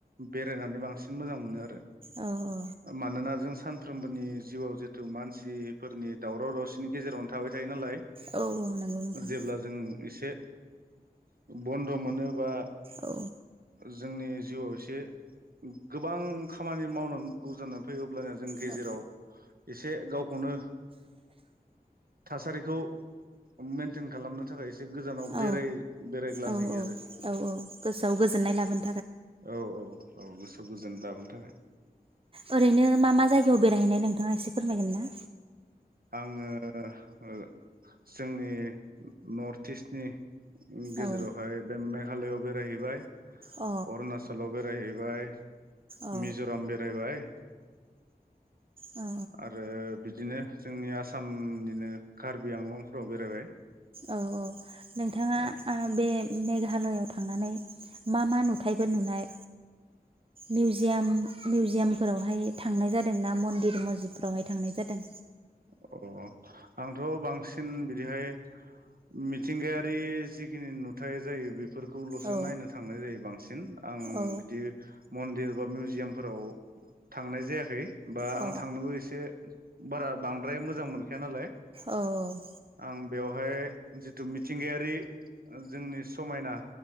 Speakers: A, on the right (about 60°); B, on the right (about 35°).
A: बेरायनानै बांसिन मोजां मोनो आरो।
B: औ औ
A: मानोना जों सानफ्रोमबोनि जिउआव जिथु मान सिफोरनि दावराव दावसिनि गेजेरावनो थाबाय थायो नालाय
B: औ औ नंगौ नोंथां
A: जेब्ला जों एसे बन्द' मोनोबा
B: औ
A: जोंनि जिउआव एसे गोबां खामानि मावनांगौ जानानै फैयो अब्लानिया जों गेजेराव
B: औ
A: एसे गाव खौनो थासारिखौ मेनटेन खालामनो थाखाय एसे गोजानाव
B: औ
A: बेराय बेरायग्लांहैयो
B: औ औ औ
A: आरो
B: औ गोसोआव गोजोननाय लाबोन
A: औ औ औ खौ गोजोन लाबोनो थाखाय
B: ओरैनो मा मा जायगायाव बेरायहैनाय नोंथाङा एसे फोरमायगोन ना?
A: आङो ओ जोंनि नर्थ इस्टनि गेजेरावहाय
B: औ
A: बे मेघालयाव बेरायहैबाय
B: औ
A: अरुणासलाव बेरायहै बाय
B: औ
A: मिजराम बेरायबाय
B: औ
A: आरो बिदिनो जोंनि आसामनिनो कार्बि आंलंफ्राव बेरायबाय
B: औ औ नोंथाङा
A: औ
B: आ बे मेघालआव थांनानै मा मा नुथायबो नुनाय मिउजियाम मिउजियामफोरावहाय थांनाय जादों ना मन्दिर मस्जिदफ्रावहाय थांनाय जादों?
A: औ आंथ बांसिन बिदिहाय मिथिंगायारि जिखिनि नुथाय जायो बे फोरफोरखौलसो
B: औ
A: नायनो थांनाय जायो बांसिन आं
B: औ
A: बिदि मन्दिर बा मिउजियामफोराव थांनाय जायाखै बा
B: औ अ
A: आं थांनोबो एसे बारा बांद्राय मोजां मोनखाया नालाय
B: औ औ
A: आं बेवहाय जिथु मिथिंगायारि जोंनि समायना